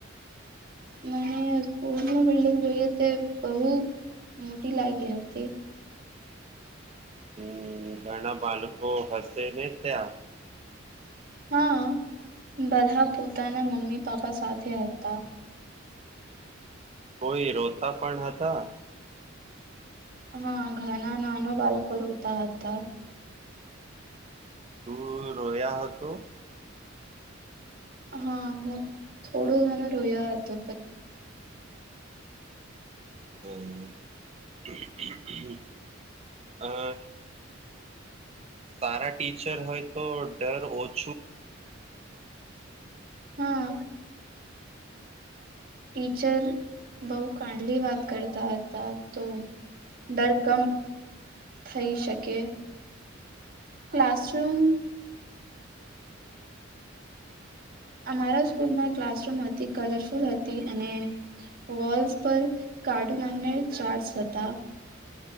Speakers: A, on the right; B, on the right.
A: મને સ્કૂલની બિલ્ડિંગ જોઈએ તે બહુ મોટી લાગી હતી.
B: હમ્મ ઘણા બાળકો હસ તેને ત્યાં
A: હા, બધા પોતાના મમ્મી પાપા સાથે હતા.
B: કોઈ રોતા પણ હતા
A: હા ઘણા નાનો બાળકો રોતા હતા.
B: તું રોયા હતો?
A: હા હું થોડું ઘણો રોયો હતો
B: હમ્મ. હમ્મ હમ્મ. <inaudible> સારા ટીચર હોય તો ડર ઓછો..
A: હા ટીચર બહુ કાંડલી વાત કરતા હતા. તો ડર કમ.. થઈ શકે.. ક્લાસરૂમ અમારા સ્કૂલમાં ક્લાસરૂમ હતી કલરફુલ હતી અને વોલ્ પર કાર્ટૂન ચાર્ટ હતા.